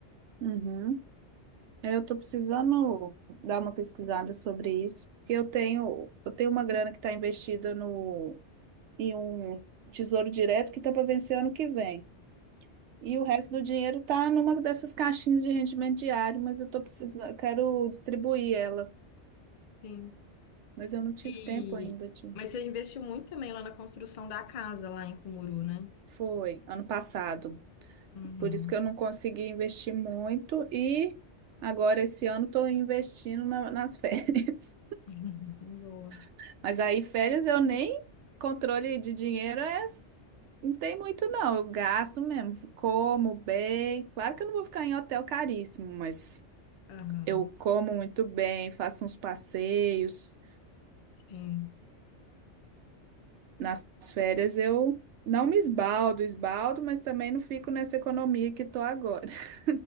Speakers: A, on the right; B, on the left.
A: Uhum. Eu tô precisando dar uma pesquisada sobre isso, porque eu tenho, eu tenho uma grana que está investida no e um tesouro direto que está para vencer ano que vem. E o resto do dinheiro está numa dessas caixinhas de rendimento diário, mas eu tô precisando, eu quero distribuir ela,
B: Sim.
A: mas eu não tive
B: E...
A: tempo ainda de.
B: Mas você investiu muito também lá na construção da casa, lá em Cumuru, né?
A: Foi ano passado,
B: Uhum.
A: por isso que eu não consegui investir muito e agora esse ano estou investindo na- nas férias.
B: <laughs> Boa.
A: <laughs> Mas aí férias eu nem controle de dinheiro é não tem muito, não. Eu gasto mesmo. Como bem. Claro que eu não vou ficar em hotel caríssimo, mas
B: Aham.
A: eu como muito bem, faço uns passeios.
B: Sim.
A: Nas férias eu não me esbaldo, esbaldo, mas também não fico nessa economia que tô agora. <laughs>